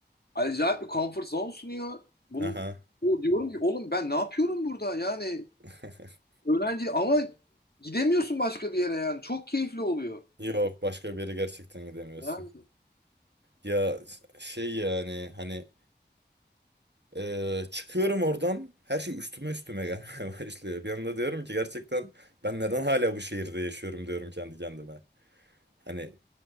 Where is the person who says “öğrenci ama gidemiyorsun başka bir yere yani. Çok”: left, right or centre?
Left